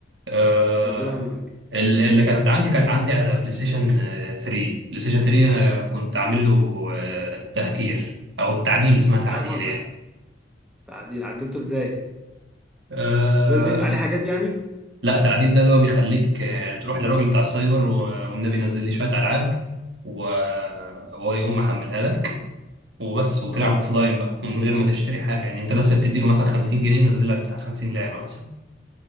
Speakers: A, on the right; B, in the centre.
A: آه
B: بتنزلها ما
A: ال- اللي كانت عندي كانت عندي على بلاي ستيشن آه، 3 بلاي ستيشن 3 انا كنت عامل
B: ايش
A: له آه، تهكير او التعديل اسمها تعديل
B: عارف انا
A: يعني
B: تعديل عدلته ازاي
A: آه،
B: ض- ضفت عليه حاجات يعني
A: لا تعديل ده اللي هو بيخليك آه، تروح للراجل بتاع السايبر و- والنبي ينزل لي شوية ألعاب و- وهو يقوم محملها لك وبس وتلعب
B: اه
A: أوفلاين بقى من غير ما تشتري حاجة يعني أنت بس بتديله مثلا 50 جنيه ينزل لك بتاع 50 لعبة مثلا